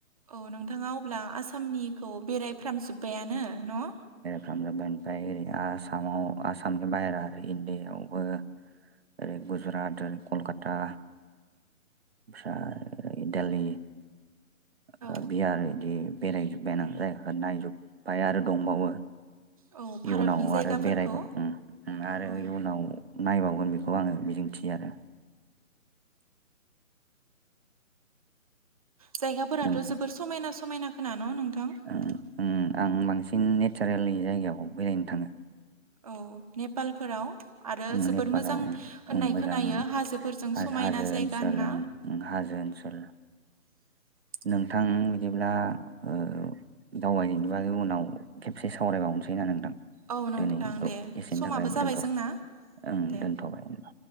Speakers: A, on the right; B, on the right.
A: औ नोंथाङा अब्ला आसामनिखौ बेरायफ्रामजोब्बायानो न'?
B: खामजोब्बाय ओमफ्राय ओरै आसामाव आसामनि बाहेरा आरो इण्डियावबो ओरै गुजुरात ओरै कलकाता फ्राय देलि ओ
A: औ
B: बियार इदि बेरायजोब्बायना जायगाखौ नायजोब्बाय आरो दंबावो
A: औ भारतनि
B: इयुनाव
A: जायगाफोरखौ
B: आरो बेरायबाव ओम- ओम आरो
A: औ
B: इयुनाव नायबावगोन बेखौ आङो मिजिंथियो आरो
A: जायगाफोराथ'
B: नों
A: जोबोर समायना- समायना खोना न' नोंथां?
B: उम, उम, आं बांसिन नेतसारिलि जाइगायाव बेरायनो थांओ
A: औ नेपालफोराव आरो
B: ओम
A: जोबोर
B: नेपालाव
A: मोजां
B: ओम‌-ओम
A: होननाय
B: मोजां
A: खोनायो हाजोफोरजों
B: हाज-
A: समायना
B: हाजो
A: जायगा
B: ओनसोल
A: होनना
B: ओ-ओ हाजो ओनसोल
A: <inaudible>
B: नोंथां बिदिब्ला ओ दावबायनायनि बागै उनाव खेबसे सावरायबावनोसै ना नोंथां
A: औ नोंथां
B: दिनै द'
A: दे
B: एसेनि
A: समाबो
B: थाखाय
A: जाबाय
B: दोनथ'बाय
A: जोंना।
B: ओं
A: दे
B: दोनथ'बाय होनबा।